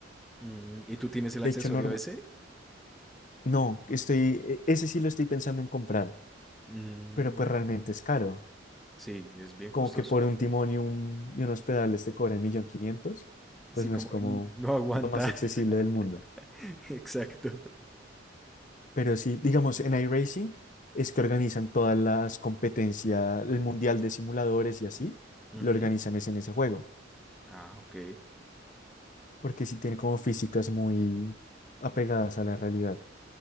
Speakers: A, in the centre; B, on the left.
A: Mm, ¿y tú tienes el
B: De
A: accesorio
B: hecho, norma,
A: ese?
B: no, estoy, e- ese sí lo estoy pensando en comprar,
A: Mm,
B: pero pues realmente es caro.
A: sí, es bien
B: Como
A: costoso.
B: que por un timón y, un- y unos pedales te cobran 1.500.000,
A: Sí,
B: pues no
A: como
B: es como
A: que n- no aguanta.
B: lo más accesible del mundo.
A: <laughs> Exacto.
B: Pero sí, digamos, en iRacing es que organizan todas las competencias, el mundial de simuladores y así,
A: Ujú.
B: lo organizan es en ese juego,
A: Ah, ok.
B: porque sí tiene como físicas muy apegadas a la realidad.